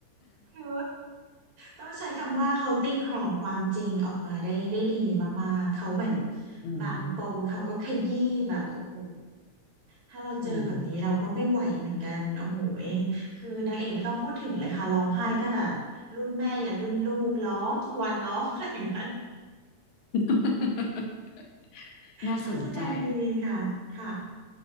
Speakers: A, on the right; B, on the left.
A: คือ ต้องใช้คำว่าเขาตีแผ่ความจริงออกมาได้ได้ดีมากๆ เขาเหมือน
B: <laughs> อืม
A: บางปมเขาก็ขยี้แบบโอ้โหถ้าเราเจอแบบนี้เราก็ไม่ไหวเหมือนกัน
B: อืม
A: โอ้โหยคือนางเอกไม่ต้องพูดถึงเลยค่ะร้องไห้ตั้งแต่รุ่นแม่ยันรุ่นลูกร้องทุกวันร้องกันอยู่นั้น
B: <laughs> น่าสนใจ
A: เขาแสดงดีค่ะ ค่ะ